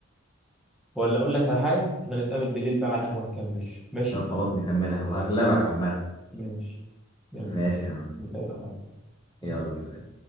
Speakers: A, in the centre; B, on the left (about 25°).
A: ولا اقول لك على حاجه احنا نتقابل بالليل بقى على القهوه نكمل ماشي
B: طب خلاص نكملها وهغلبك عامة
A: ماشي يلا
B: ماشي يا عم
A: نتقابل على القهوه سلام.
B: يلا سلام